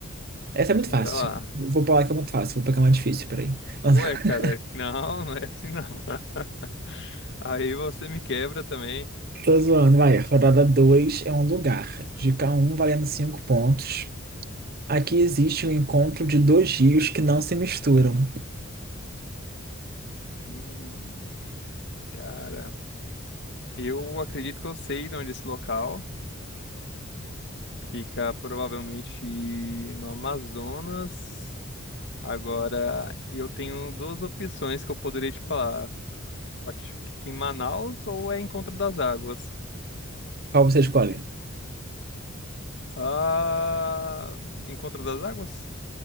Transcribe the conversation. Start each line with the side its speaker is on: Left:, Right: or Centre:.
Right: Essa é muito
Left: Bora
Right: fácil.
Left: lá.
Right: Vou pular que é muito fácil, vou pegar uma difícil, peraí. <laughs>
Left: Ué, cara, <laughs> não, não é assim não. <laughs> Aí você me quebra também.
Right: Tô zoando, vai. Rodada 2 é um lugar. Dica um valendo 5 pontos. Aqui existe um encontro de dois rios que não se misturam.
Left: Hum, cara, eu acredito que eu sei de onde é esse local. Fica provavelmente no Amazonas. Agora, eu tenho duas opções que eu poderia te falar. Aqui em Manaus ou é Encontro das Águas?
Right: Qual você escolhe?
Left: Ah, Encontro das Águas?